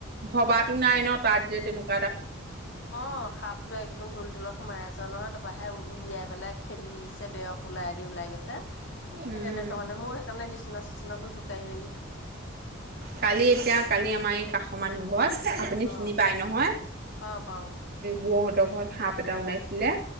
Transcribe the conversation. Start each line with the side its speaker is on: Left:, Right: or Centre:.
Right: ভবাতো নাই ন তাত যে তেনেকোৱা
Left: অহ সাপটো একদম তুলীৰ তলত সোমাই আছে নহয় তাৰপৰাহে উলিয়াই পেলাই খেদি দিছে, বেৰৰ পুলাইদি ওলাই গৈছে। সেই
Right: উম
Left: তেনেকুৱা মানে মোৰ সেইকাৰণে বিচ বিচনা চিচনাবোৰ জোকাই মেলি থাকো।
Right: কালি এতিয়া কালি আমাৰ এই কাষৰ মানুহ ঘৰত আপুনি চিনি
Left: অ
Right: পায় নহয়,
Left: পাওঁ পাওঁ
Right: বৌহঁতৰ ঘৰত সাপ এটা ওলাইছিলে।